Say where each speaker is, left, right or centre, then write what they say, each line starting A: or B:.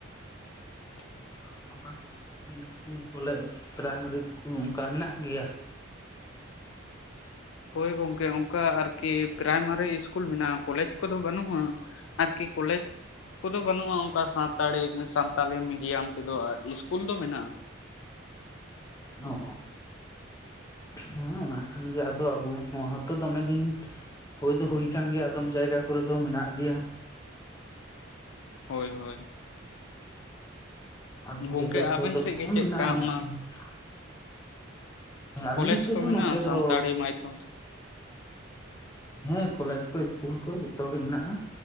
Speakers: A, on the left; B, on the left.
A: <unintelligible>
B: ᱚᱝᱠᱟ ᱠᱤᱪᱷ ᱤᱥᱠᱩᱞ ᱠᱚᱞᱮᱡᱽ ᱯᱮᱨᱟᱭᱢᱟᱨᱤ ᱤᱥᱠᱩᱞ ᱚᱱᱠᱟ ᱢᱮᱱᱟᱜ ᱜᱮᱭᱟ?
A: ᱦᱳᱭ ᱜᱚᱢᱠᱮ, ᱚᱝᱠᱟ ᱟᱨᱠᱤ ᱯᱮᱨᱟᱭᱢᱟᱨᱤ ᱤᱥᱠᱩᱞ ᱢᱮᱱᱟᱜᱼᱟ, ᱠᱚᱞᱮᱡ ᱠᱚᱫᱚ ᱵᱟᱹᱱᱩᱜᱼᱟ ᱾ ᱟᱨ ᱠᱤ ᱠᱚᱞᱮᱡᱽ, ᱠᱚ ᱫᱚ ᱵᱟᱹᱱᱩᱜᱼᱟ ᱚᱝᱠᱟ ᱥᱟᱱᱛᱟᱲᱤ ᱢᱮᱥᱟ ᱥᱟᱱᱛᱟᱞᱤ ᱢᱤᱰᱤᱭᱟᱢ ᱛᱮ ᱫᱚ ᱤᱥᱠᱩᱞ ᱫᱚ ᱢᱮᱱᱟᱜᱼᱟ ᱾
B: ᱚᱻ ᱦᱮᱸ, ᱚᱱᱟ ᱠᱷᱟᱱ ᱜᱮ ᱟᱫᱚ ᱟᱵᱚ ᱱᱚᱣᱟ ᱛᱚ ᱫᱚᱢᱮ ᱫᱤᱱ ᱦᱳᱭ ᱫᱚ ᱦᱳᱭ ᱠᱟᱱᱟ ᱜᱮᱭᱟ ᱟᱫᱚᱢ ᱡᱟᱭᱜᱟ ᱠᱚᱨᱮ ᱫᱚ ᱢᱮᱱᱟ ᱜᱮᱭᱟ ᱾
A: ᱦᱳᱭ ᱦᱳᱭ,
B: ᱟᱫᱚᱢ
A: ᱜᱚᱝᱠᱮ
B: ᱡᱟᱭᱜᱟ ᱠᱚᱨᱮ
A: ᱟᱵᱮᱱ
B: ᱫᱚ
A: ᱥᱮᱫ
B: ᱠᱚᱢ
A: ᱜᱮ ᱪᱮᱫᱠᱟ
B: ᱢᱮᱱᱟᱜᱼᱟ, ᱢᱮᱱᱟᱜ
A: ᱚᱱᱟ
B: ᱠᱟᱜ-ᱟ ᱾ ᱟᱹᱞᱤᱧ
A: ᱠᱚᱞᱮᱡᱽ
B: ᱥᱮᱫ
A: ᱠᱚ
B: ᱫᱚ
A: ᱢᱮᱱᱟᱜᱼᱟ
B: ᱱᱚᱛᱮ
A: ᱥᱟᱱᱛᱟᱲᱤ
B: ᱫᱚ,
A: ᱢᱟᱫᱽᱫᱷᱚᱢ ᱛᱮ
B: ᱦᱮᱸ, ᱠᱚᱞᱮᱡᱽ ᱠᱚ ᱤᱥᱠᱩᱞ ᱠᱚ ᱡᱚᱛᱚ ᱜᱮ ᱢᱮᱱᱟᱜᱼᱟ ᱾